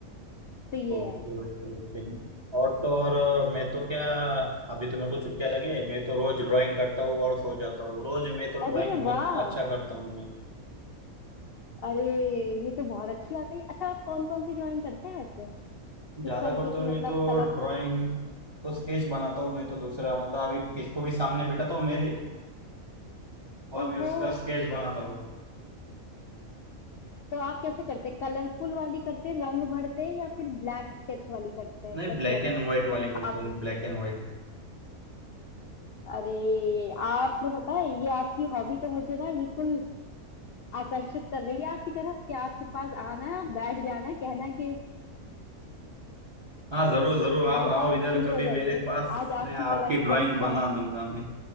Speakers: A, on the left (about 70°); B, on the right (about 30°).
A: तो ये
B: Okay
A: है
B: okay okay और तो और मैं तो क्या अभी तो मेरे को छुट्टियां लगी है मैं तो रोज ड्राइंग करता हूँ और सो जाता हूँ रोज मैं तो
A: अरे
B: ड्राइंग बहुत
A: वाह
B: अच्छा करता हूँ मैं
A: अरे ये तो बहुत अच्छी बात है अच्छा आप कौन कौन सी ड्राइंग करते हैं वैसे किस
B: ज्यादा
A: तरीके
B: करता
A: की
B: हूँ मैं
A: मतलब
B: तो
A: कला
B: ड्राइंग तो स्केच बनाता हूँ मैं तो दूसरा मतलब अभी किसको भी सामने बिठाता हूँ मेरे और
A: ओहो
B: मैं उसका स्केच बनाता हूँ
A: तो आप कैसे करते हैं कलरफुल वाली करते हैं रंग भरते हैं या फिर ब्लैक स्केच वाली करते हैं
B: नहीं
A: कैसे
B: ब्लैक
A: वाली
B: एंड व्हाइट वाली करता
A: आकृति
B: हूँ ब्लैक एंड व्हाइट
A: अरे आपने पता है ये आपकी हॉबी तो मुझे ना बिल्कुल आकर्षित कर रही है आपकी तरफ कि आपके पास आना है आप बैठ जाना है कहना है कि
B: हाँ जरूर जरूर आप
A: भाई साहब
B: आओ इधर
A: शुरू
B: कभी
A: हो जाइए
B: मेरे पास
A: आज
B: मैं
A: आपकी
B: आपकी
A: कला की
B: ड्राइंग
A: परीक्षा
B: बना
A: है
B: दूंगा मैं